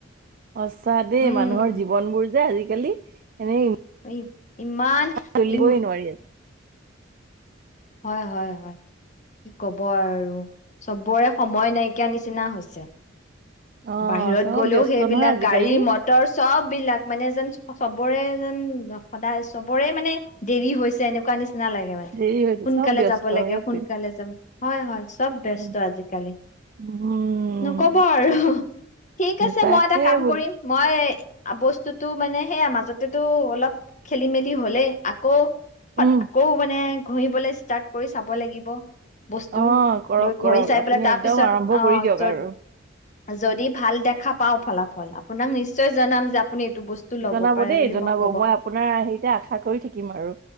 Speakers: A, on the right; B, on the left.
A: সচা দেই
B: উম
A: মানুহৰ জীৱন বোৰ যে আজিকালি এনেই। ইমান
B: <unintelligible> ইমাল
A: চলিবই
B: ইম
A: নোৱাৰি
B: হয়-হয়-হয়, কি কব আৰু? চবৰে সময় নাই কিয়া নিচিনা হৈছে
A: অ
B: বাহিৰত
A: চব
B: গ'লেও
A: ব্যস্ত
B: সেইবিলাক
A: নহয় আজিকালি
B: গাড়ী মটৰ চব বিলাক মানে এ যেন চবৰে যেন সদায় চবৰে মানে দেৰি হৈছে এনেকুৱা নিচিনা নালাগে মানে।
A: দেৰি হৈছে
B: সোনকালে
A: চব ব্যস্ত
B: যাব লাগে,
A: সেইটোৱে
B: সোনকালে যাব হয়, হয়। চব ব্যস্ত
A: উম
B: আজিকালি।
A: উম,
B: নকব আৰু, ঠিক আছে
A: তাকে
B: মই এটা কাম
A: বোলো
B: কৰিম মই বস্তুতো মানে সেয়া মাজতেতো অলপ খেলি মেলি হলেই। আকৌ
A: উম
B: আকৌ মানে ঘহিবলে ষ্টাৰ্ট কৰি চাব লাগিব। বস্তু
A: অ' কৰক,
B: লৈ ঘঁহি
A: কৰক।
B: চাই
A: আপুনি
B: পেলাই তাৰ
A: একদম
B: পিছত
A: আৰম্ভ কৰি দিয়ক
B: অ
A: আৰু।
B: যদি ভাল দেখা পাও ফলাফল। আপোনাক নিশ্চয় জনাম যে আপুনি এইটো বস্তু ল'ব
A: জনাব
B: পাৰে
A: দেই
B: বুলি
A: জনাব
B: ক'ব
A: মই আপোনাৰ হেৰিতে আশা কৰি থাকিম আৰু